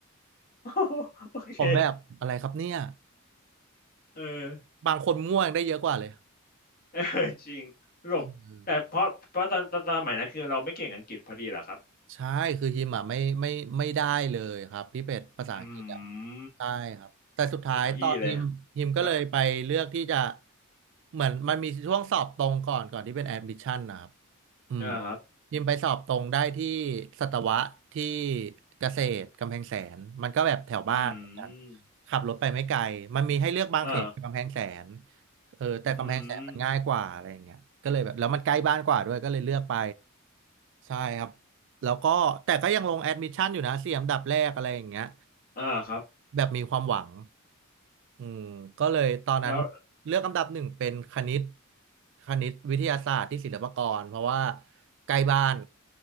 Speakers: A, on the left (about 45°); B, on the right (about 60°).
A: <laughs> โอเค
B: ผมแบบอะไรครับเนี่ย
A: เออ
B: บางคนง่วงได้เยอะกว่าเลย
A: เออ <laughs> จริงหลบแต่เพราะเพราะตอนตอนตอนสมัยนั้นคือเราไม่เก่งอังกฤษพอดีเหรอครับ
B: เออ ใช่ คือฮิมอ่ะไม่ไม่ไม่ได้เลยครับพี่เป็ดภาษาอังกฤษอ่ะ
A: อืม
B: ใช่ครับแต่สุดท้ายตอนฮิมฮิมก็เลยไปเลือกที่จะ
A: เหมือนพี่เลยครับ
B: เหมือนมันมีช่วงสอบตรงก่อนก่อนที่เป็นแอดมิชชั่นนะครับอืม
A: อ่าครับ
B: ฮิมไปสอบตรงได้ที่สัตวะที่เกษตรกำแพงแสนมันก็แบบแถวบ้านเหมือนกัน
A: อืม
B: ขับรถไปไม่ไกลมันมีให้เลือกบางเขตกำแพงแสน
A: อ่า
B: เออแต่กำแพงแสนมันง่ายกว่าอะไรอย่างเงี้ยก็เลยแบบแล้วมันใกล้บ้านกว่าด้วยก็เลยเลือกไป
A: อืม
B: ใช่ครับ แล้วก็แต่ก็ยังลงแอดมิชชั่นอยู่นะสี่อันดับแรกอะไรอย่างเงี้ย
A: อ่าครับ
B: แบบมีความหวังอืมก็เลยตอนนั้นเลือกอันดับหนึ่งเป็นคณิต
A: แล้ว
B: คณิตวิทยาศาสตร์ที่ศิลปากรเพราะว่าใกล้บ้าน